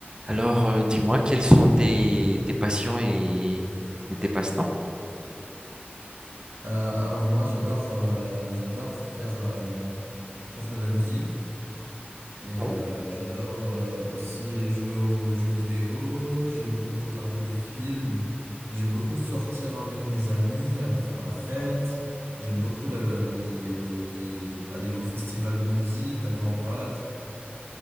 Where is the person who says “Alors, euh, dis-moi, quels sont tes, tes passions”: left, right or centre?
Right